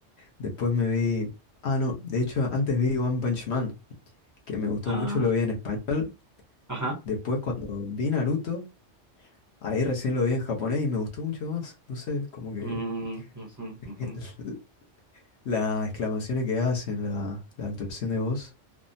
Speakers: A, on the left; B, on the right.
A: Después me vi, ah, no, de hecho antes vi One Punch Man, que me gustó
B: Ah,
A: mucho, lo vi en español.
B: ajá.
A: Después cuando vi Naruto, ahí recién lo vi en japonés y me gustó mucho más. No sé, como que...
B: Mm, ujú,
A: <laughs>
B: ujú.
A: Las exclamaciones que hacen, la, la actuación de voz,